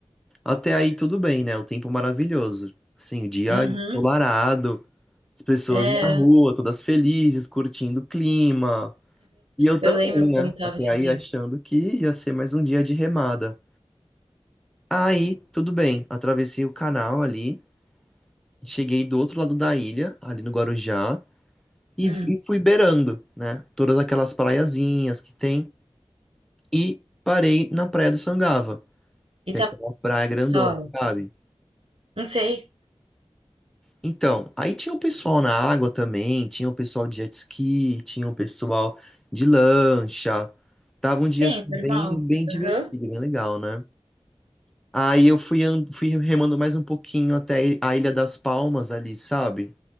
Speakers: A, in the centre; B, on the right.
A: Até aí tudo bem, né? O tempo maravilhoso. Assim, o dia
B: Uhum.
A: ensolarado, as pessoas
B: É,
A: na rua, todas felizes, curtindo o clima. E eu
B: eu
A: também,
B: lembro como
A: né?
B: tava
A: Até
B: esse
A: aí
B: dia.
A: achando que ia ser mais um dia de remada. Aí, tudo bem, atravessei o canal ali, cheguei do outro lado da ilha, ali no Guarujá, e,
B: Hum.
A: e fui beirando, né? Todas aquelas praiazinhas que tem. e parei na Praia do Sangava, que
B: E tava
A: é aquela praia grandona,
B: essa hora?
A: sabe?
B: Não sei.
A: Então, aí tinha o pessoal na água também, tinha o pessoal de jet ski, tinha o pessoal de lancha. Tava um dia
B: Sim,
A: assim,
B: normal.
A: bem, bem divertido,
B: Aham.
A: bem legal, né? Aí eu fui, and- fui remando mais um pouquinho até a Ilha das Palmas ali, sabe?